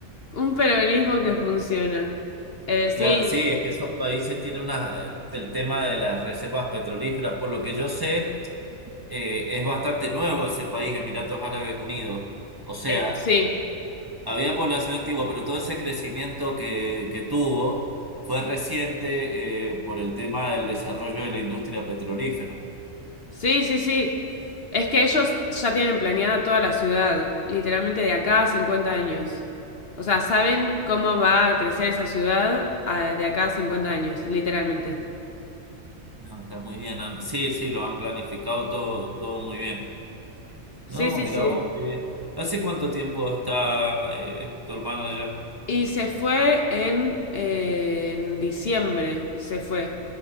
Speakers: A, on the left; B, on the right.
A: un peronismo que funciona. Eh, sí,
B: Claro, sí, es que esos países tienen unas, el tema de las reservas petrolíferas, por lo que yo sé, eh, es bastante nuevo ese país, Emiratos Árabes Unidos. O sea,
A: eh, sí,
B: había población antigua, pero todo ese crecimiento que, que tuvo fue reciente, eh, por el tema del desarrollo de la industria petrolífera.
A: sí, sí, sí. Es que ellos ya tienen planeada toda la ciudad, literalmente de acá a 50 años. O sea, saben cómo va a crecer esa ciudad eh, de acá a cincuenta años, literalmente.
B: No, está muy bien. han- Sí, sí, lo han planificado todo, todo muy bien.
A: Sí,
B: No,
A: sí,
B: mira
A: sí.
B: vos, qué bien. ¿Hace cuánto tiempo está eh, tu hermana allá?
A: Y se fue en, eh, en diciembre, se fue.